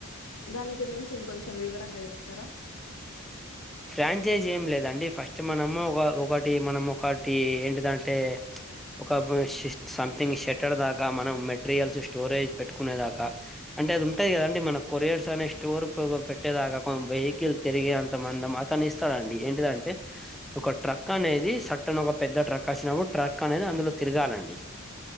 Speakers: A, on the left (about 80°); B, in the centre.
A: దాని గురించి ఇం కొంచెం వివరంగా చెప్తారా
B: ఫ్రాంచైజీ ఏం లేదండి ఫస్ట్ మనము ఒక ఒకటి మనం ఒకటి ఏంటిదంటే ఒక సంథింగ్ షెటర్ దాకా మనం మెటీరియల్స్ స్టోరేజ్ పెట్టుకునే దాకా అంటే అది ఉంటాది కదాండి మన కొరియర్స్ అనే స్టోర్ పెట్టేదాకా కొ వెహికల్ తిరిగే అంత మందం అతను ఇస్తాడుండి ఏంటిదంటే ఒక ట్రక్ అనేది సాటర్న్ ఒక పెద్ద ట్రక్ వచినప్పుడు ట్రక్ అనేది అందులో తిరగాలండి